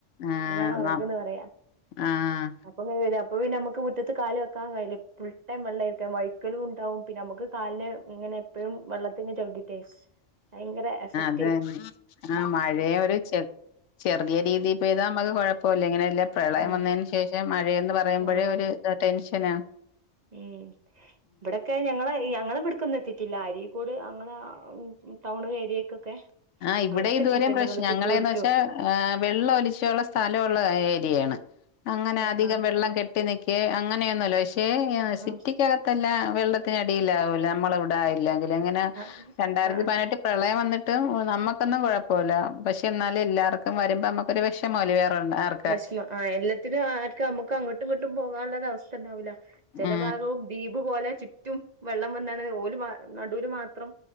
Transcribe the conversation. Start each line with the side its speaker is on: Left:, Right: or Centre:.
Left: ആഹ്
Right: ഇതിനാണ്
Left: എന്ന
Right: ഉറകന്ന് പറയാ
Left: ആഹ്.
Right: അപ്പൊ അങ്ങനെ വരും അപ്പൊ പിന്നെ നമക്ക് മുറ്റത്ത് കാല് വെക്കാകയില്ല ഫുൾ ടൈം വെള്ളംരിക്കാം വഴക്കലും ഉണ്ടാവും. പിന്നെ നമുക്ക് കാലന് ഇങ്ങനെ എപ്പോഴും വെള്ളത്തിങ് ചവിട്ടയിട്ടേ ഭയങ്കര എഫക്.
Left: അത് തന്നെ ആ മഴയും ഒരുെ ചെറിയ രീതിൽ പേയതാ നമ്മുക്ക് കുഴപ്പല്ല ഇങ്ങനെല്ല. പ്രളയം
Right: ആഹ്
Left: വന്നതിന് ശേഷം മഴയന്ന് പറയുമ്പോഴേ
Right: ആഹ്
Left: ഒരു ഇ ടെൻഷനാണ്.
Right: ഉം ഇവിടെൊക്കെ ഞങ്ങള ഞങ്ങ ഇവിടക്കന്ന് എതി പറ്റില്ല അരിക്കോട് അങ്ങനെ ടൗൺ ഏരിയക്കൊക്കെ.
Left: ആ ഇവിടെ
Right: അവിടൊക്കെ എത്തിയിട്ടുണ്ട്
Left: ദൂരം പ്രശ്നം
Right: വെള്ള
Left: ഞങ്ങളെന്ന്
Right: ചുറ്റോടിറ്റും
Left: വെച്ചാ വെള്ളം ഒലിചുള്ള സ്ഥലമുള്ള ഏരിയാണ്. അങ്ങനെ
Right: ആഹ്
Left: അധികം
Right: ആഹ്
Left: വെള്ളം കെട്ട ട്ടിനിക്കേ അങ്ങനെയൊന്നല്ലോ പക്ഷെ ആ സിറ്റിക്കകത്തല്ല
Right: ആഹ്
Left: വെള്ളത്തിനടിയിലാവല്ലോ നമ്മളവി താ ഇല്ലെങ്കിലങ്ങനെ
Right: ആഹ്
Left: രണ്ടായിരത്തി
Right: ആഹ്
Left: പതിനെട്ടി പ്രളയം വന്നിട്ട്. നമ്മക്കൊന്നും കുഴപ്പൊല്ല പക്ഷെ ഇന്നാലും എല്ലർക്കും വരുമ്പോ നമുക്കൊരു വെഷമല്ലേ വേറേ ഒരെ ആർ
Right: <unintelligible> ആ എല്ലാത്തിനും ആർക്കും നമുക്ക് അങ്ങട്ടും ഇങ്ങ്ട്ടും പോകാനുള്ള ഒരവസ്ഥ ഉണ്ടാവൂല ചെല
Left: ആ
Right: ഭാഗവും ദ്വീപ് പോലെ ചുറ്റും വെള്ളം വന്നാണ് ഓല് നടൂല് മാത്രം.